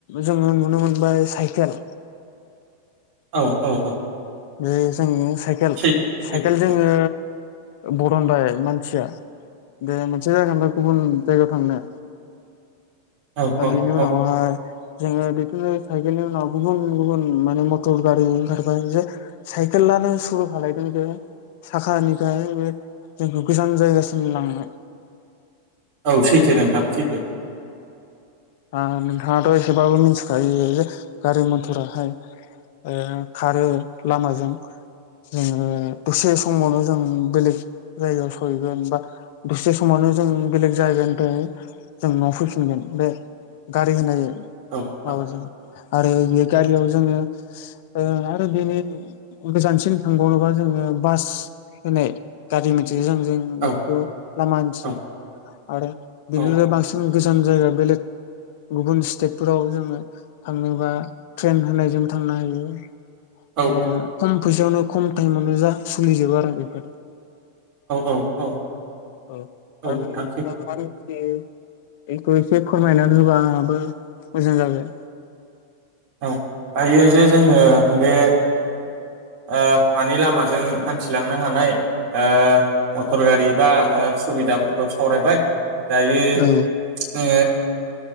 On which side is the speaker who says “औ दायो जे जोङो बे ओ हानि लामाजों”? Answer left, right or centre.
Right